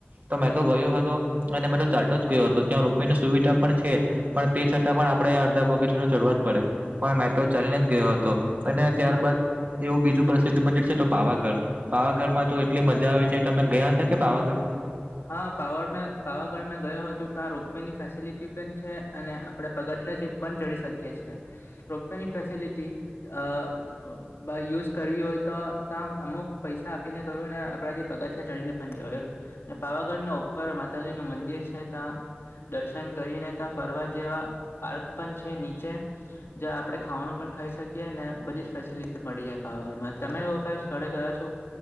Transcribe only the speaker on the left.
હા, મે પાવાગઢ મેં ગયો હતો ત્યાં રોપ વે ની ફેસિલિટી પણ છે અને આપણે પગથિયા છી પણ ચડી શકીએ છીએ રોપવેની ફેસિલિટી બાય યુઝ કરવી હોય તો ત અમુક પૈસા આપીને કરું ને આપણાથી પગથિયાં ચડીને પણ જવાય પાવાગઢના ઉપર માતાજીનું મંદિર છે, ત્યાં દર્શન કરીને ત્યાં ફરવા જેવું પાર્ક પણ છે નીચે. જો આપણે ખાવાનું પણ ખાઈ શકીએ ને બધી જ ફેસિલિટી મળી જાય પાવાગઢમાં તમે એવો ક સ્થળે ગયો છો?